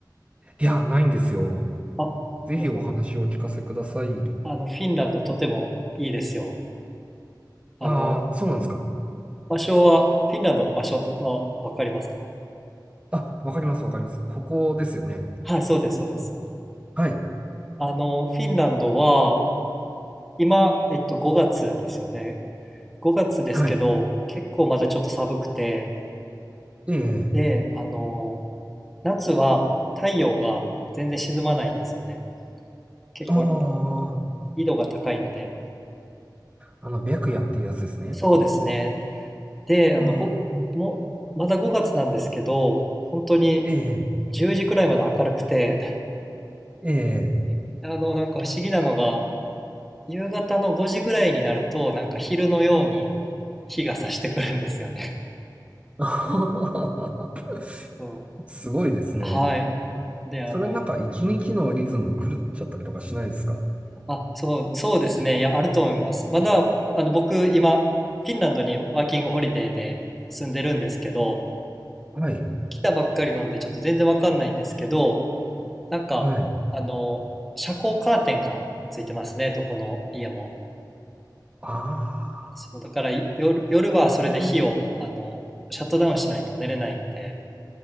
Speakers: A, on the right (about 15°); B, in the centre.
A: いや、ないんですよ。
B: あ、あの、
A: ぜひお話をお聞かせください。
B: あのフィンランドとてもいいですよ。あの、
A: ああ、そうなんですか。
B: 場所は、フィンランドの場所はわかりますか
A: あ、わかります、わかります。北欧ですよね。
B: はい、そうです、そうです。
A: はい、
B: あの、フィンランドは、今、えっと、5月ですよね。5月ですけど、
A: はい。
B: 結構まだちょっと寒くて、
A: ええ、
B: で、あの、夏は太陽が全然沈まないんですよね。結構、
A: あ
B: あの、
A: あ、
B: 緯度が高いので。
A: あの、白夜っていうやつですね。
B: そうですね。で、あの、
A: ああ、
B: ご、もう、まだ5月なんですけど、本当に
A: ええ、
B: 10時くらいまで明るくて、
A: ええ。
B: <laughs> あの、なんか不思議なのが、夕方の5時ぐらいになると、なんか昼のように日が差してくるんですよね。
A: <laughs>
B: <laughs> そ
A: すごいですね。
B: う。はい。で、あの、
A: それなんか一日のリズム狂っちゃったりとかしないですか
B: あ、そう、そうですね。いや、あると思います。まだ、あの、僕、今、フィンランドにワーキングホリデーで住んでるんですけど、
A: はい。
B: 来たばっかりなので、ちょっと全然わかんないんですけど、なんか、
A: はい。
B: あの、遮光カーテンがついてますね、どこの家も。
A: あ
B: そう、だからい夜、夜はそれで火を、
A: あ、なるほど。
B: あの、シャットダウンしないと寝れないので、